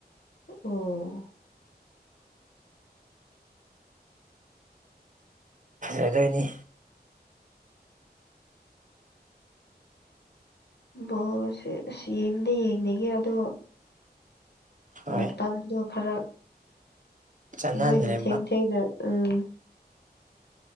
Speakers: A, on the left (about 75°); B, on the right (about 50°).
A: ꯑꯣ
B: ꯑꯗꯨꯗꯣꯏꯅꯤ
A: ꯕꯣꯁ ꯑꯁ ꯌꯦꯡꯕꯗꯤ ꯌꯦꯡꯅꯤꯡꯉꯦ ꯑꯗꯣ
B: ꯍꯣꯏ
A: ꯃꯇꯝꯗꯨꯣ ꯈꯔ
B: ꯆꯥꯟꯅꯗ꯭ꯔꯦꯕ
A: ꯃꯣꯏꯅ ꯊꯦꯡ ꯊꯦꯡꯅ ꯎꯝ